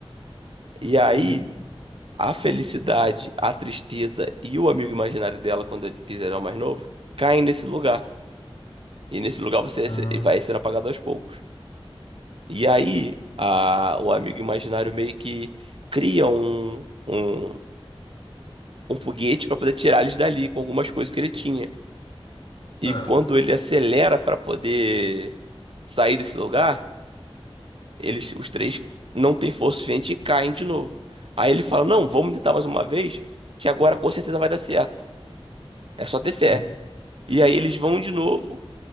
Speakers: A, on the right (about 60°); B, on the left (about 60°).
A: E aí,
B: Uhum.
A: a felicidade, a tristeza e o amigo imaginário dela, quando ele quiser mais novo, caem nesse lugar. E nesse lugar você
B: Ah,
A: é se- vai sendo apagado aos poucos. E aí, a- o amigo imaginário meio que cria um, um, um, um foguete para poder tirar eles dali com algumas coisas que ele tinha.
B: certo.
A: E quando ele acelera para poder sair desse lugar eles, os três não têm força suficiente e caem de novo. Aí ele fala: Não, vamos tentar mais uma vez, que agora com certeza vai dar certo. É só ter fé.
B: Hum,
A: E aí eles vão de novo